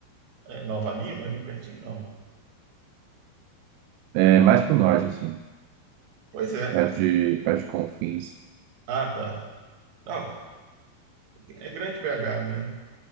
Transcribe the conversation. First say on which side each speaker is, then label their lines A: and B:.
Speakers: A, on the right; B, on the right.
A: É Nova Lima, ali pertinho? Não.
B: É mais pro norte, assim,
A: Pois é.
B: perto de, perto de Confins.
A: Ah, tá. Não, é grande BH, né?